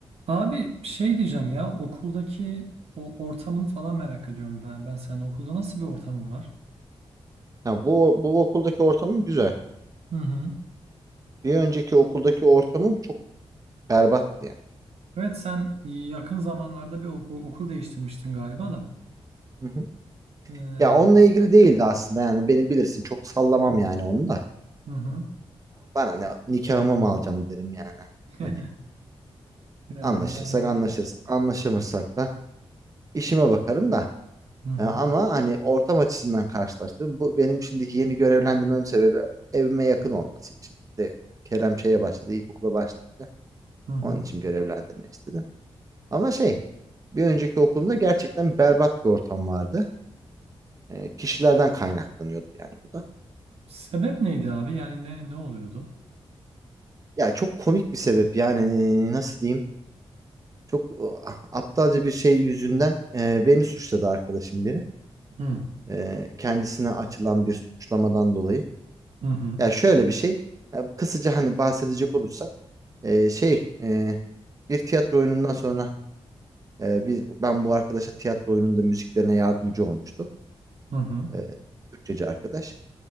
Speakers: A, on the right; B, on the right.
A: Abi şey diyeceğim ya okuldaki o ortamını falan merak ediyorum ben. Ben senin okulda nasıl bir ortamın var?
B: Ha, bu, bu okuldaki ortamım güzel.
A: Hı hı.
B: Bir önceki okuldaki ortamım çok berbattı yani.
A: Evet sen yakın zamanlarda bir oku- okul değiştirmiştin galiba da.
B: Hı hı.
A: Ee,
B: Ya onunla ilgili değildi aslında yani beni bilirsin çok sallamam yani onu da.
A: hı hı.
B: Bana ne nikahıma mı alacaksın derim yani.
A: <laughs>
B: Hani
A: Yani
B: anlaşırsak
A: ma- mantık.
B: anlaşırız anlaşamazsak da işime bakarım da.
A: Hı hı.
B: E, ama hani ortam açısından karşılaştım. Bu benim şimdiki yeni görevlendirmem sebebi evime yakın olması için. Bir De Kerem şeye başladı ilkokula başlayınca
A: Hı hı.
B: onun için görevlendirme istedim. Ama şey bir önceki okulumda gerçekten berbat bir ortam vardı. E, kişilerden kaynaklanıyordu yani bu da.
A: Sebep neydi abi? Yani ne ne oluyordu?
B: Ya çok komik bir sebep yani e, nasıl diyeyim? Çok e, aptalca bir şey yüzünden e, beni suçladı arkadaşım biri.
A: Hı
B: E, kendisine açılan bir suçlamadan dolayı.
A: hı hı
B: Ya şöyle bir şey. Ya kısaca hani bahsedecek olursak e, şey e, bir tiyatro oyunundan sonra e, biz ben bu arkadaşa tiyatro oyununda müziklerine yardımcı olmuştum.
A: hı hı
B: E, Türkçeci arkadaş.